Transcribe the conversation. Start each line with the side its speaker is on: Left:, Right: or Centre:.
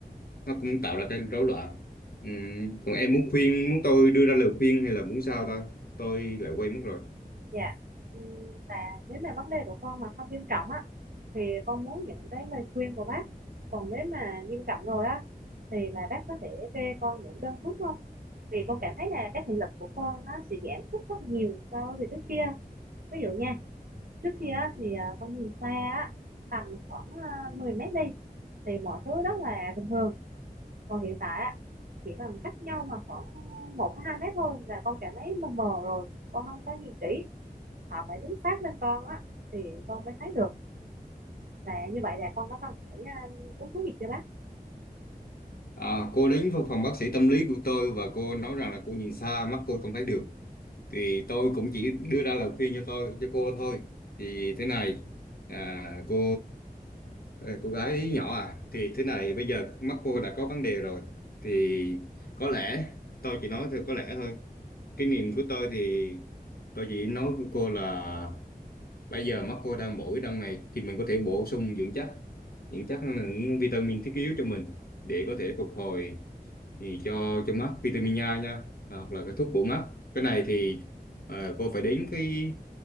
Left: nó cũng tạo ra cái rối loạn Ừm, còn em muốn khuyên muốn tôi đưa ra lời khuyên hay là muốn sao ta tôi lại quên mất rồi
Right: Dạ, Ừm, và nếu mà vấn đề của con mà không nghiêm trọng á, thì con muốn những cái lời khuyên của bác. Còn nếu mà nghiêm trọng rồi á, thì là bác có thể kê con những đơn thuốc không? Vì con cảm thấy là cái thị lực của con nó sẽ giảm sút rất nhiều so với trước kia. Ví dụ nha, trước kia á, thì ờ, con nhìn xa á, tầm khoảng ờ, 10 mét đi, thì mọi thứ rất là bình thường. Còn hiện tại á, chỉ cần cách nhau mà khoảng một hai mét thôi là con cảm thấy mờ mờ rồi con không có nhìn kỹ họ phải đứng sát bên con á thì con mới thấy được là như vậy là con có cần phải à, uống thuốc gì chưa bác
Left: à, cô đến văn phòng bác sĩ tâm lý của tôi và cô nói rằng là cô nhìn xa mắt cô không thấy được thì tôi cũng chỉ đưa ra lời khuyên cho tôi cho cô thôi thì thế này à, cô à, cô gái nhỏ à thì thế này bây giờ mắt cô đã có vấn đề rồi thì có lẽ tôi chỉ nói thôi có lẽ thôi kinh nghiệm của tôi thì tôi chỉ nói với cô là bây giờ mắt cô đang bổ đang này thì mình có thể bổ sung dưỡng chất dưỡng chất là những vitamin thiết yếu cho mình để có thể phục hồi thì cho cho mắt vitamin A nha à, hoặc là cái thuốc bổ mắt cái này thì à, cô phải đến cái